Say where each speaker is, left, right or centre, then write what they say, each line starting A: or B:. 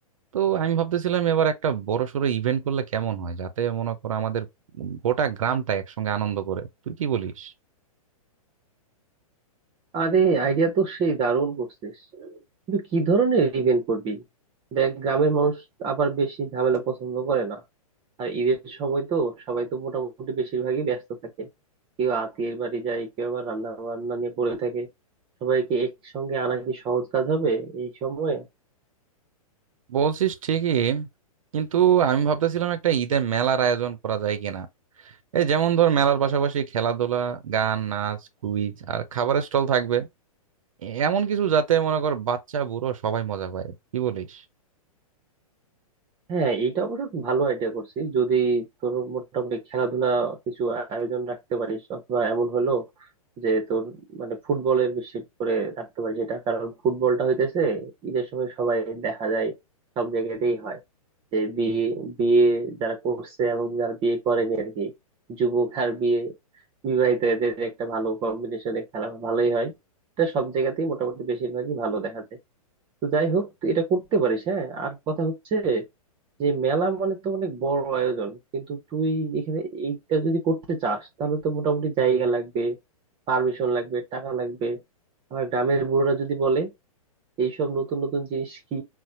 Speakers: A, on the right; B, on the right.
A: তো আমি ভাবতেছিলাম এবার একটা বড় সড়ো ইভেন্ট করলে কেমন হয় যাতে মনে করো আমাদের গোটা গ্রামটা একসঙ্গে আনন্দ করে তুই কি বলিস
B: আরে আইডিয়া তো সেই দারুণ করছিস কিন্তু কি ধরনের ইভেন্ট করবি দেখ গ্রামের মানুষ আবার বেশি ঝামেলা পছন্দ করে না আর ঈদের সময় তো সবাই তো মোটামুটি বেশিরভাগই ব্যস্ত থাকে কেউ আত্মীয়ের বাড়ি যায় কেউ আবার রান্না বান্না নিয়ে পড়ে থাকে সবাইকে একসঙ্গে আনা কি সহজ কাজ হবে এই সময়ে
A: বলছিস ঠিকই কিন্তু আমি ভাবতেছিলাম একটা ঈদের মেলার আয়োজন করা যায় কিনা এই যেমন ধর মেলার পাশাপাশি খেলাধুলা গান নাচ কুইজ আর খাবারের স্টল থাকবে এমন কিছু যাতে মনে কর বাচ্চা বুড়ো সবাই মজা পায় কি বলিস
B: হ্যাঁ এটা অবশ্য ভালো আইডিয়া করছি যদি তোর মোটামুটি খেলাধুলা কিছু আয়োজন রাখতে পারিস অথবা এমন হলো যে তোর মানে ফুটবলের বেশি করে রাখতে পারিস এটা কারণ ফুটবলটা হইতেছে ঈদের সময় সবাই দেখা যায় সব জায়গাতেই হয় যে বিয়ে বিয়ে যারা করছে এবং যারা বিয়ে করেনি আর কি যুবক আর বিয়ে বিবাহিত এদের একটা ভালো কম্বিনেশনে খেলা ভালোই হয় এটা সব জায়গাতেই মোটামুটি বেশিরভাগই ভালো দেখা যায় তো যাই হোক তুই এটা করতে পারিস হ্যাঁ আর কথা হচ্ছে যে মেলা মানে তো অনেক বড় আয়োজন কিন্তু তুই এখানে এইটা যদি করতে চাস তাহলে তো মোটামুটি জায়গা লাগবে পারমিশন লাগবে টাকা লাগবে আবার গ্রামের বুড়োরা যদি বলে এইসব নতুন নতুন জিনিস কি